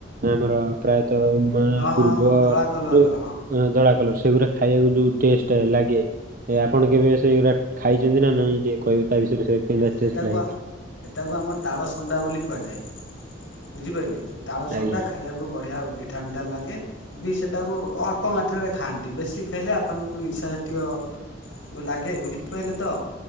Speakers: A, on the right; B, on the left.
A: ଆମର ପ୍ରାୟ ତ ମାନେ
B: ହଁ
A: ପୂର୍ବ
B: ହଁ ଧଳା କଲରର
A: ଯଉ
B: ହଁ
A: ଜଳା କଲର ସେଗୁଡା ଖାଇବାକୁ ଯୋଉ ଟେଷ୍ଟ ଲାଗେ ଆପଣ କେବେ ସେଉ ରା । ଖାଇଛନ୍ତି ନା ନାଇଁ ଟିକେ କହିବେ ତା ବିଷୟରେ ସେ କେମିତି
B: ସେଟାକୁ
A: ଟେଷ୍ଟ ଲାଗେ ।
B: ସେଟାକୁ ଆମର ତାଳସନ୍ଦା ବୋଲି କୁହାଯାଏ । ବୁଝିପାରିଲେ, ସେ ତାଳସନ୍ଦା
A: ଆଜ୍ଞା
B: ଖାଇବାକୁ ବଢିଆ ମି ମିଠା ମିଠା ଲାଗେ ବି ସେଟାକୁ ଅଳ୍ପ ମାତ୍ରାରେ ଖାଆନ୍ତି, ବେଶୀ ଖାଇଲେ ଆପଣଙ୍କୁ ନିିଶା ଜାତୀୟ ଲାଗେ ବୁଝିପାରିଲେ ତ